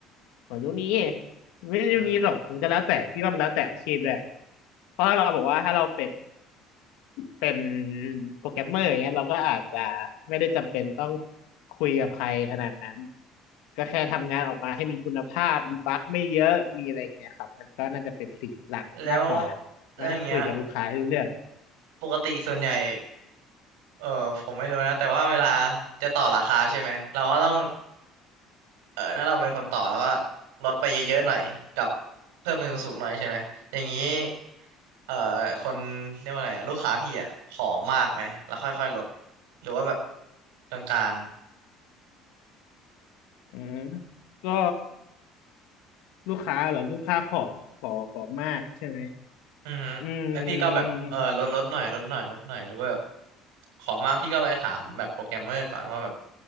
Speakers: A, on the left (about 85°); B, on the right (about 85°).
A: ของยุคนี้ไม่ใช่ยุคนี้หรอกมันก็แล้วแต่พี่ว่ามันแล้วแต่อาชีพแหละ
B: อืม
A: เพราะเราบอกว่าถ้าเราเป็น เป็นโปรแกรมเมอร์อย่างเงี้ยเราก็อาจจะไม่ได้จำเป็นต้องคุยกับใครขนาดนั้นก็แค่ทำงานออกมาให้มีคุณภาพมีบั๊กไม่เยอะมีอะไรอย่างเงี้ยครับมันก็น่าจะเป็นสิ่งหลักมากกว่า
B: แล้วแล้วอย่างเงี้ย
A: มานั่งคุยกับลูกค้าให้รู้เรื่อง
B: ปกติส่วนใหญ่เออผมไม่รู้นะแต่ว่าเวลาจะต่อราคาใช่ไหมเราก็ต้อง เออถ้าเราเป็นคนต่อแล้วก็ลดไปเยอะๆหน่อยกับเพิ่มไปสูงๆหน่อยใช่ไหมอย่างนี้เอ่อคนเรียกว่าอะไรอะลูกค้าพี่อ่ะขอมากไหมแล้วค่อยๆลดหรือว่าแบบกลาง
A: อืมก็ลูกค้าเหรอลูกค้าขอขอขอมากใช่ไหม
B: ๆอือฮึแล้วพี่ก็แบบเออลดลดหน่อยลดหน่อยลดหน่อยหรือว่าแบบ
A: อืม
B: ขอมากพี่ก็ไปถามแบบโปรแกรมเมอร์ก่อนว่าแบบ